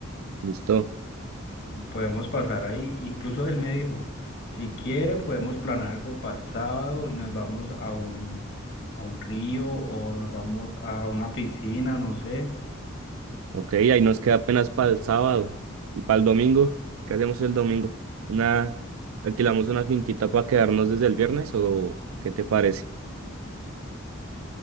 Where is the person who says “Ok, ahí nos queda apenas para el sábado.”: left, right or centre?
Right